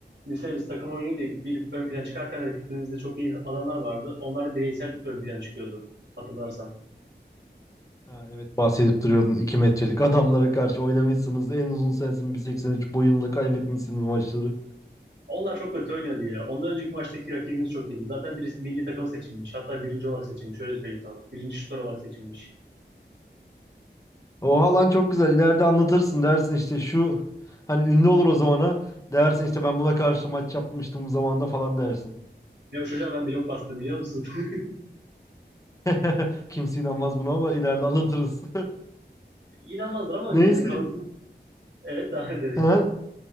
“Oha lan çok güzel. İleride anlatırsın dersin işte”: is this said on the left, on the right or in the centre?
Left